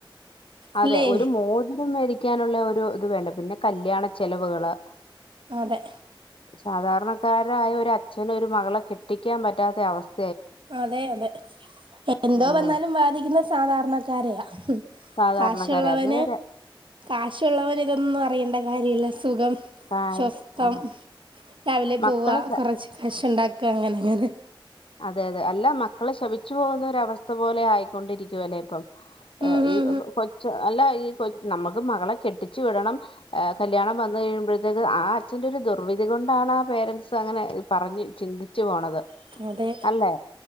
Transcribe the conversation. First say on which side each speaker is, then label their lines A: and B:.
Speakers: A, on the left; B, on the right.
A: അതെ
B: അല്ലേ
A: ഒരു മോതിരം മേടിക്കാനുള്ള ഒരു ഇത് വേണ്ട പിന്നെ കല്യാണ ചെലവുകള്
B: അതെ
A: സാധാരണക്കാരായ ഒരു അച്ഛന് ഒരു മകളെ കെട്ടിക്കാൻ പറ്റാത്ത അവസ്
B: അതെ അതെ എന്തോ
A: ആ
B: വന്നാലും ബാധിക്കുന്ന സാധാരണക്കാരെയാ
A: സാധാരണക്കാരെ
B: കാശൊള്ളവന്
A: അത് നേരെ
B: കാശൊള്ളവന് ഇതൊന്നും അറിയണ്ട കാര്യവില്ല സുഖം
A: കാര്യം
B: ശ്വസ്ത്തം
A: ആ
B: രാവിലെ
A: മക്കളെ
B: പോവ
A: ശ
B: കുറച്ച് കശുണ്ടാക്ക അങ്ങനെ അങ്ങനെ
A: അതെ അതെ അല്ല മക്കളെ ശപിച്ചു പോകുന്ന ഒരവസ്ഥ പോലെ ആയിക്കൊണ്ടിരിക്കുവല്ലേ ഇപ്പം ഏഹ്
B: ഉം
A: ഈ
B: ഉം
A: കൊ കൊച്ച് അല്ലാ ഈ കൊച് നമ്മക്ക് മകളെ കെട്ടിച്ചു വിടണം ഏഹ് കല്യാണം വന്നു കഴിയുമ്പോഴത്തേക്ക് ആ അച്ഛന്റെ ഒരു ദുർവിധി കൊണ്ടാണ് ആ പേരൻസ് അങ്ങനെ പറഞ്ഞു ചിന്തി ച്ച് പോണത്
B: ഉം അതെ
A: അല്ലേ